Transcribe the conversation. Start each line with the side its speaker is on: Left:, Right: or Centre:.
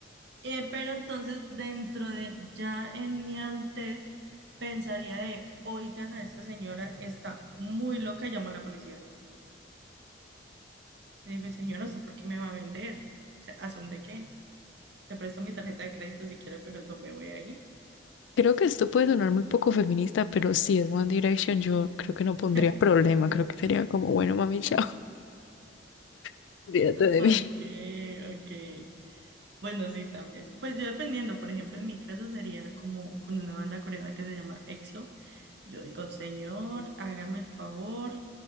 Right: Eh, pero entonces, dentro de ya en mi adultez, pensaría de, oigan, a esta señora está muy loca y llamo a la policía. Le dije, señora, ¿usted por qué me va a vender? O sea, ¿a son de qué? Te presto mi tarjeta de crédito si quiere, pero no me voy a ir.
Left: Creo que esto puede sonar muy poco feminista, pero si es One Direction, yo creo que no pondría
Right: <laughs>
Left: problema. Creo que sería como, bueno, mami, chao, <laughs> olvídate de
Right: Ok,
Left: mí. <laughs>
Right: ok. Bueno, sí, también. Pues yo dependiendo, por ejemplo, en mi caso sería como con una banda coreana que se llama EXO. Yo digo, señor, hágame el favor,